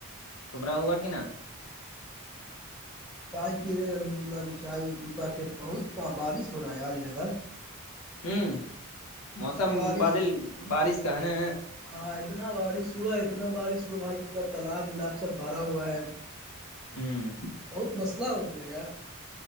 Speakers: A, on the left; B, in the centre.
A: تمرا ہوا کہ نا
B: چائے پی رہے ہیں الحمد للہ ابھی چائے وہ پی پا کے بہت بارش ہو رہا ہے یار ادھر
A: ہوں
B: اتنا
A: موسم
B: بارش
A: بادل بارش کا ہے نا
B: ہاں اتنا بارش ہوا اتنا بارش ہوا بھائی پورا تالاب ولاب سب بھرا ہوا ہے
A: ہوں
B: بہت مسلا ہو گیا یار